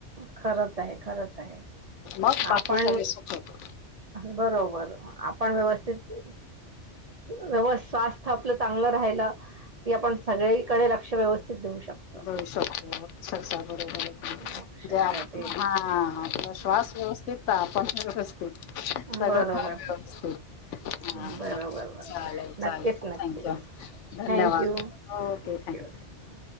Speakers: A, on the right; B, on the left.
A: खरंच आहे, खरच आहे
B: मग बाकी
A: आपण
B: सगळे सुख होतं
A: बरोबर आपण व्यवस्थित व्यव स्वास्थ आपलं चांगलं राहिलं कि आपण सगळीकडे लक्ष व्यवस्थित देऊ शकतो.
B: देऊ शकतो ससा बरोबर म्हणजे
A: अक्षरशः
B: हा <unintelligible>
A: तेच
B: हा आप श्वास व्यवस्थित आपण व्यवस्थित सगळं
A: बरोबर
B: खा व्यवस्थित
A: बरोबर
B: हा
A: बरोबर
B: चालेल चालेल
A: नक्कीच नक्कीच
B: थँक्यू धन्यवाद
A: थँक्यू थँक्यू
B: ओके थक्यू.
A: थँक्यू